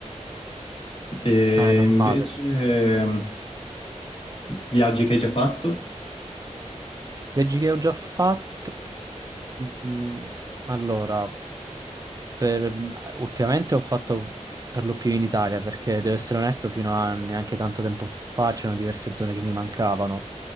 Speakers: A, on the left; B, on the right.
A: E
B: è normale.
A: invece, ehm, viaggi che hai già fatto?
B: Veggi che ho già fatto. mm, Allora. Per- ultimamente ho fatto per lo più in Italia, perché devo essere onesto, fino a neanche tanto tempo fa c'erano diverse zone che mi mancavano.